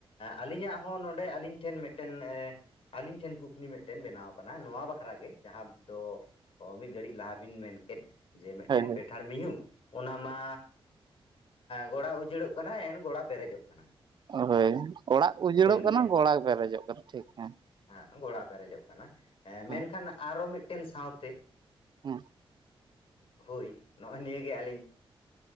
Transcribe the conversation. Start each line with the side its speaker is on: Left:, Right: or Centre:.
Left: ᱟᱹᱞᱤᱧᱟᱜ ᱦᱚᱸ ᱱᱚᱰᱮ ᱟᱹᱞᱤᱧ ᱴᱷᱮᱱ ᱢᱤᱫᱴᱮᱱ ᱮᱸ ᱟᱹᱞᱤᱧ ᱴᱷᱮᱱ᱾ ᱠᱩᱠᱞᱤ ᱢᱤᱫᱴᱮᱱ ᱵᱮᱱᱟᱣ ᱠᱟᱱᱟ ᱱᱚᱣᱟ ᱵᱟᱠᱷᱨᱟ ᱜᱮ ᱡᱟᱦᱟᱸ ᱫᱚ ᱢᱤᱫ ᱜᱷᱟᱹᱲᱤᱡ ᱞᱟᱦᱟ ᱵᱤᱱ ᱢᱮᱱ ᱠᱮᱫ ᱾ ᱡᱮ ᱢᱤᱫᱴᱮᱱ
Right: ᱦᱳᱭ ᱦᱳᱭ
Left: ᱯᱮᱴ ᱯᱮᱴᱷᱟᱲ ᱢᱤᱦᱩ ᱚᱱᱟ ᱢᱟ ᱜᱚᱲᱟ ᱩᱡᱟᱹᱲᱚᱜ ᱠᱟᱱᱟ ᱮᱱ ᱜᱚᱲᱟ ᱯᱮᱨᱮᱡᱚᱜ ᱠᱟᱱᱟ ᱾
Right: ᱦᱳᱭ ᱚᱲᱟᱜ ᱩᱡᱟᱹᱲᱚᱜ
Left: ᱜᱮᱭᱟ
Right: ᱠᱟᱱᱟ ᱜᱚᱲᱟ ᱯᱮᱨᱮᱡᱚᱜ ᱠᱟᱱᱟ ᱴᱷᱤᱠ ᱦᱮᱸ᱾
Left: ᱦᱮᱸ ᱜᱚᱲᱟ ᱯᱮᱨᱮᱡᱚᱜ ᱠᱟᱱᱟ
Right: ᱦᱮᱸ
Left: ᱢᱮᱱᱠᱷᱟᱱ ᱟᱨᱚ ᱢᱤᱫᱴᱮᱱ ᱥᱟᱶ ᱛᱮ
Right: ᱦᱮᱸ
Left: ᱦᱩᱭ ᱱᱚ-ᱚᱭ ᱱᱤᱭᱟ ᱜᱮ ᱟᱞᱤᱧ